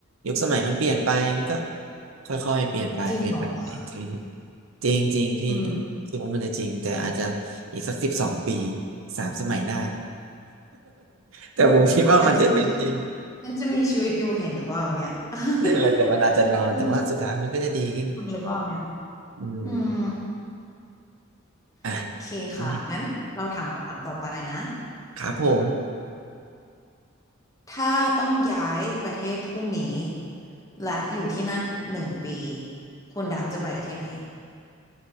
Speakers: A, on the right; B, on the left.
A: ยุคสมัยมันเปลี่ยนไปมันก็ค่อยๆเปลี่ยนไปเปลี่ยนไปเปลี่ยนไป
B: จริงเหรอ
A: จริงๆจริงๆพี่
B: อืม
A: คิดว่ามันจะจริงแต่อาจจะอีกสักสิบสองปีสามสมัยหน้า <laughs> แต่ผมคิดว่ามันจะเป็นจริง
B: ฉันจะมีฉันจะมีชีวิตอยู่เห็นหรือเปล่าเนี่ย <laughs>
A: นั่นแหละแต่มันอาจจะนอนแต่ว่าสุดท้ายมันก็จะดีขึ้น
B: อืมเห็นหรือเปล่าเนี่ย
A: อืม
B: อืม
A: อ่ะ
B: โอเคค่ะงั้นเราถามคำถามต่อไปนะ
A: ไม่ครับผม
B: ถ้าต้องย้ายประเทศพรุ่งนี้และอยู่ที่นั่นหนึ่งปีคุณดำจะไปที่ไหน